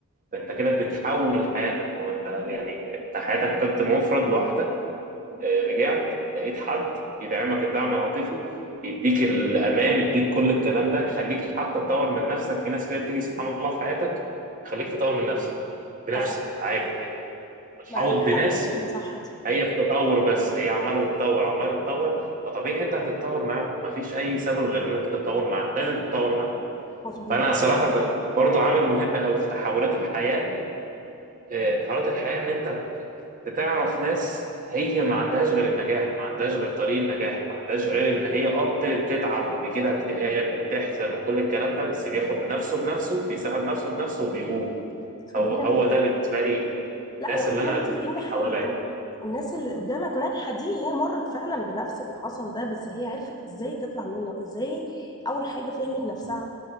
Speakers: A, on the right; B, on the left.
A: ده انت كده بتحول حياتك هو انت يعني انت حياتك كنت مفرد لوحدك آه، رجعت لقيت حد يدعمك الدعم العاطفي يديك الامان يديك كل الكلام ده يخليك حتى تطور من نفسك في ناس كده بتيجي سبحان الله في حياتك يخليك تطور من نفسك بنفسك
B: معاك حق
A: عادي يعني بتحاوط
B: معاك حق
A: بناس
B: فعلا صح دي
A: هي في تطور بس هي عماله تتطور عماله تتطور فطبيعي انت هتتطور معاهم مفيش اي سبب غير انك تتطور معاهم لازم تتطور معاهم
B: مظبوط
A: فانا صراحه ب- برضو عامل مهم قوي في تحولات الحياه آه، تحولات الحياه ان انت انت تعرف ناس هي ما عندهاش غير النجاح ما عندهاش غير طريق النجاح ما عندهاش غير ان هي اه بت- بتتعب وبيجي لها اكتئاب وبتحزن وكل الكلام ده بس بياخد نفسه بنفسه بيساعد نفسه بنفسه وبيقوم
B: خلينا
A: هو هو
B: متفقين
A: ده بالنسبه لي
B: لا
A: الناس
B: وخلينا
A: اللي انا
B: متفقين
A: يعني
B: لحاجة
A: حواليا
B: ان الناس اللي قدامك ناجحة دي هي مرت فعلا بنفس اللي حصل ده بس هي عرفت ازاي تطلع منه ازاي اول حاجة فهمت نفسها